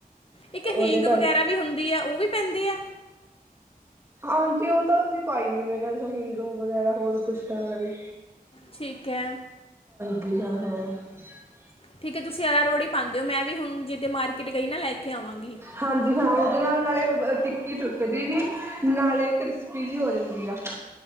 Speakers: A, on the left; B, on the right.
A: ਇੱਕ
B: ਉਹਦੇ
A: ਹਿੰਗ
B: ਕਰਕੇ
A: ਵਗੈਰਾ ਵੀ ਹੁੰਦੀ ਹੈ। ਉਹ ਵੀ। ਪੈਂਦੀ ਅ।
B: ਹਾਂਜੀ। ਉਹ ਤਾਂ ਅਸੀਂ ਪਾਈ ਹੋਈ, ਹਿੰਗ- ਹੁਗੰ ਵਗੈਰਾ ਹੋਰ ਕੁਛ ਤਾਂ ਵੀ
A: ਠੀਕ ਹੈ।
B: <unintelligible> <inaudible>
A: ਠੀਕ ਹੈ। ਤੁਸੀਂ ਅਰਾਰੋੜ ਹੀ ਪਾਂਦੇ ਹੋ, ਮੈਂ ਵੀ ਹੁਨ ਜਿਦੇ ਮਾਰ ਕਿਟ, ਗਈ ਨਾ ਲੈ ਕੇ ਆਵਾਂਗੀ
B: ਹਾਂਜੀ ਹਾਂ। ਉਹਦੇ ਨਾਲ। ਨਾਲੇ ਓ ਟਿੱਕੀ ਟੁਟਦੀ ਨਈ, ਨਾਲੇ ਕ੍ਰਿਸਪੀ, ਜੀ ਹੋ ਜਾਂਦੀ ਆ